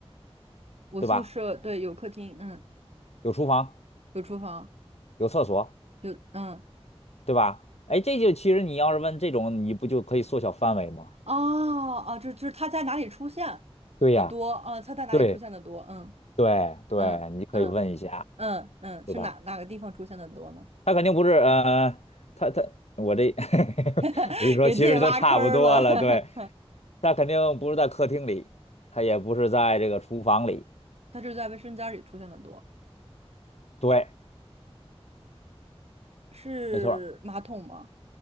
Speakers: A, on the right (about 75°); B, on the left (about 85°).
A: 我宿舍对有客厅，
B: 对吧？
A: 嗯，
B: 有厨房。
A: 有厨房，
B: 有厕所，
A: 有嗯，
B: 对吧？哎，这就其实你要是问这种，你不就可以缩小范围吗？
A: 哦哦，就就是它在哪里出现
B: 对呀，
A: 的多啊？它在哪里出现的多？
B: 对
A: 嗯
B: 对对，
A: 嗯嗯
B: 你可以问一下，
A: 嗯嗯，
B: 对吧？
A: 是哪哪个地方出现的多呢？
B: 他肯定不是，呃，他他我这 <laughs>
A: <laughs>
B: 我一说，
A: 给自己挖坑儿了，
B: 其实都差不多了。对，他肯定不是在客厅里，他也不是在这个厨房里。
A: <laughs> 它就是在卫生间里出现的多，
B: 对，
A: 是马桶吗？
B: 没错儿。